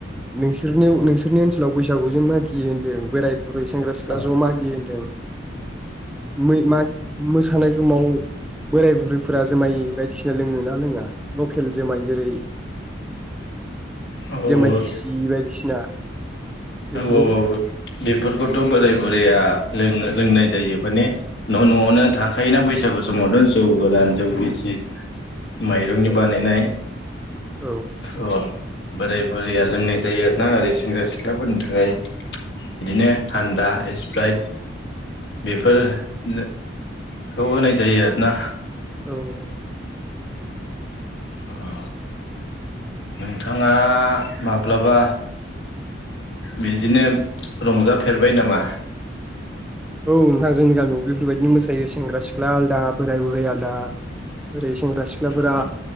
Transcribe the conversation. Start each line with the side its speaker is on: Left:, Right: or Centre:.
Centre: नोंसोरनियाव नोंसो सोरनि ओनसोलाव बैसागु जे मागियो होनदों बोराय बुरै सेंग्रा सिख्ला
Left: औ
Centre: ज'मागियो होनदों मै मा मोसानाय समाव बोराय बुरैफोरा जुमाय बायदिसिना लोङो ना लोङा लकेल जुमाय जेरै
Left: औ
Centre: जोमाय गिसि बायदिसिना बेफोरखौ
Left: औ औ औ बेफोरखौथ' बोराय बुरैया लोङो लोंनाय जायो माने न' न'आवनो थाखायोना बैसागु समावनो जौ गोरान जौ गिसि माइरंनि
Centre: औ
Left: बानायनाय
Centre: औ
Left: अ बोराय बुरैया लोंनाय जायो आरोना ओरै सेंग्रा सिख ख्लाफोरनि थाखाय बिदिनो थान्दा सिप्राइट बेफोर
Centre: औ
Left: नो खौ होनाय जायो आरोना
Centre: औ औ
Left: अ नोंथाङा माब्लाबा बिदिनो रंजाफेरबाय नामा
Centre: औ नोंथां जोंनि गामियावबो बेफोरबायदिनो मोसायो सेंग्रा सिख्ला आलदा बोराय बुरै आलदा ओरै सें ग्रा सिख्लाफोरा
Left: अ